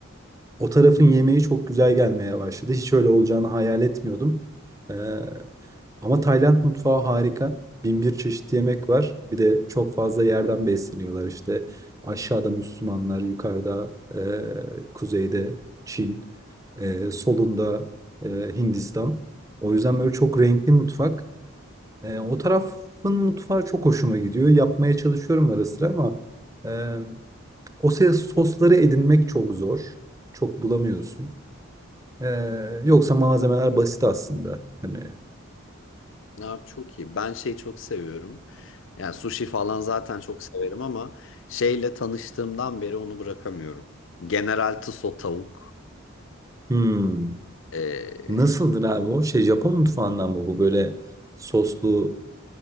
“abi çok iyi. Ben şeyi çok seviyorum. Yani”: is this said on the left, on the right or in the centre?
Left